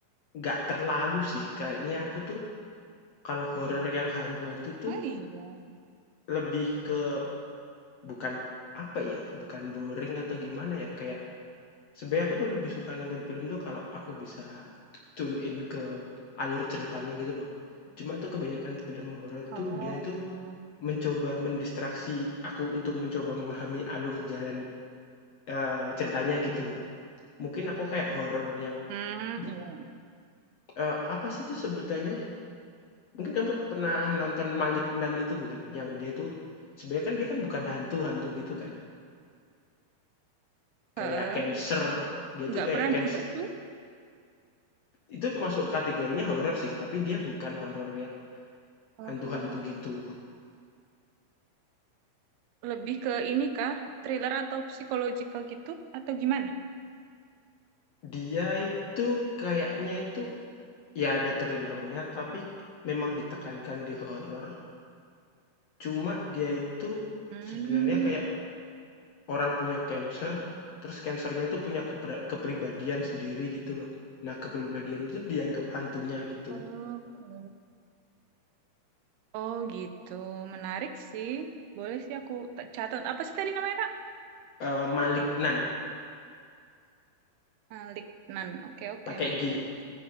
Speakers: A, on the left; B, on the right.
A: nggak terlalu sih, kayaknya aku tuh kalau horor yang hantu-hantu tuh
B: Oh iya.
A: lebih ke bukan, apa ya, bukan boring atau gimana ya, kayak sebenarnya aku tuh lebih suka nonton film tuh kalau aku bisa tune in ke alur ceritanya gitu loh. Cuma tuh kebanyakan film horor
B: Oh,
A: tuh dia itu
B: oke.
A: mencoba mendistraksi aku untuk mencoba memahami alur jalan, eee, ceritanya gitu loh. Mungkin aku kayak horor yang
B: Hmm,
A: buk
B: iya.
A: eee, apa sih itu sebutannya Mungkin kamu pernah nonton Malignant itu bukan? Yang dia tuh sebenarnya kan dia kan bukan hantu-hantu gitu kan.
B: Heeh.
A: Kayak cancer,
B: Nggak
A: dia
B: nggak
A: tuh kayak
B: pernah
A: cancer.
B: dengar tuh.
A: Itu masuk kategorinya horor sih, tapi dia bukan horor yang
B: Hmm,
A: hantu-hantu gitu.
B: Lebih ke ini kah? Thriller atau psychological gitu? Atau gimana?
A: Dia itu kayaknya itu ya ada thrillernya, tapi memang ditekankan di horor. Cuma dia itu
B: Hmm,
A: sebenarnya kayak orang punya cancer, terus cancernya itu punya kepra- kepribadian sendiri gitu loh. Nah, kepribadian itu dianggap hantunya gitu.
B: oke. Oh gitu. Menarik sih. Boleh sih aku ta- catat. Apa sih tadi namanya, Kak?
A: Eee, Maliknan,
B: Malik Nan. Oke, oke,
A: pakai
B: noted.
A: G.